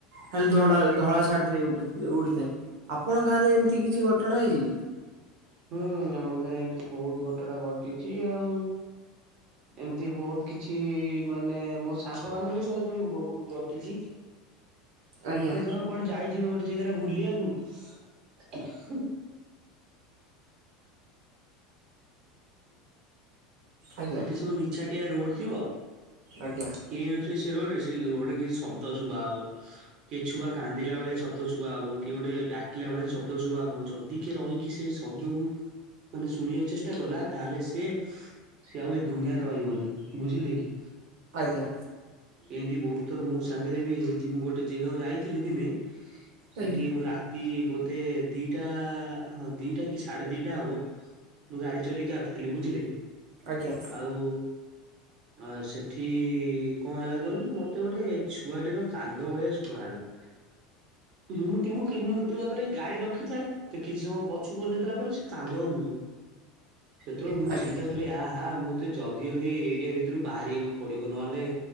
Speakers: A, on the right; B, on the right.
A: ଖାଲି ଧଡା ଧଳା ଶାଢୀଟି ଉଠି ଉଡିଥାଏ। ଆପଣଙ୍କ ଗାଁ ରେ ଏମତି କିଛି ଘଟଣା ହେଇଚି କି?
B: ହୁଁ, ଆମ ଘରେ ଏମତି ବହୁତ ଘଟଣାା ଘଟିଚି ଆଉ। ଏମତି ବହୁତ କିଛି ମାନେ ମୋ ସାଙ୍ଗମାନଙ୍କ ସହିତ ବି ବହୁତ ଘଟିଚି।
A: ଆଜ୍ଞା।
B: ସିଏ ଧର କୁଆଡେ ଯାଇଥିବେ ଗୋଟେ ଜେଗାରେ ବୁଲିବାକୁ
A: ଆଜ୍ଞା
B: ସେଠି ସବୁ ନିଛାଟିଆ ରୋଡ୍ ଥିବ।
A: ଆଜ୍ଞା।
B: କେଇ ନଥିବେ ସେ ରୋଡ୍ ରେ ସେ ଯୋଉ ରୋଡ୍ ରେ କିଛି ଶବ୍ଦ ଶୁବା ହବ। କିଏ ଛୁଆ କାନ୍ଦିଲା ଭଳିଆ ଶବ୍ଦ ଶୁବା ହବ। କିଏ ଗୋଟେ ଡାକିଲା ଭଳିଆ ଶବ୍ଦ ଶୁବା ହବ। ଯଦି କିଏ ରହିକି ସେ ଶ ଶବ୍ଦକୁ ମାନେ ଶୁଣିବାକୁ ଚେଷ୍ଟା କଲା ତାହେଲେ ସିଏ ସିଏ ଆଉ ଏ ଦୁନିଆରେ ରହିବନି ବୁଝିଲେ କି।
A: ଆଜ୍ଞା।
B: ଏମତି ବହୁତ ଥର ମୋ ସାଙ୍ଗରେ ବି ହେଇଚି। ମୁଁ ଗୋଟେ ଜେଗାକୁ ଯାଇଥିଲି ଦିନେ ସେଠି
A: ଆଜ୍ଞା
B: ମୁଁ ରାତି ବୋଧେ ଦିଟା ହଁ ଦିଟା କି ସାଢେ ଦିଟା ହବ ମୁଁ ଗାଡି ଚଲେଇକି ଆସୁଥିଲି ବୁଝିଲେ।
A: ଆଜ୍ଞା।
B: ଆଉ ଆ, ସେଠି କଣ ହେଲା କୁହନି ମୋତେ ଗୋଟେ ଛୁଆଟିର କାନ୍ଧ ଭଳିଆ ଶୁଭା ହେଲା। କିମୁତିଉ କେମିତି ମୋତେ ଭାବରେ ଗାଇ ରଖୁଥାଏ ତ କିଛି ସମୟ ପଛୁକୁ ଅନେଇଦେଲା ପରେ ସେ କାନ୍ଦ ଆଉ ନୁ। ସେତେବେଳୁ ମୁଁ
A: ଆଜ୍ଞା
B: ଚିନ୍ତା
A: ଆଜ୍ଞା
B: କଲି ଆହା ମୁ ତେ ଜଲଦି ଜଲଦି ଏରିଆ ଭିତରୁ ବାହାରିବାକୁ ପଡିବ ନହେଲେ